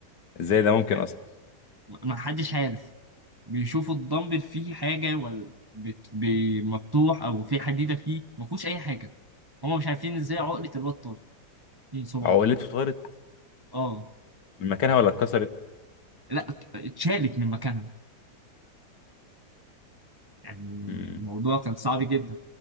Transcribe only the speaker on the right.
يعني
ما حدش عارف بيشوفوا الدمبل فيه حاجه ولا بت- بي- مفتوح او في حديده فيه ما فيهوش اي حاجه هما مش عارفين ازاي عقله الواد طارت من صباعه
اه
لا ات- اتشالت من مكانها يعني
الموضوع كان صعب جدا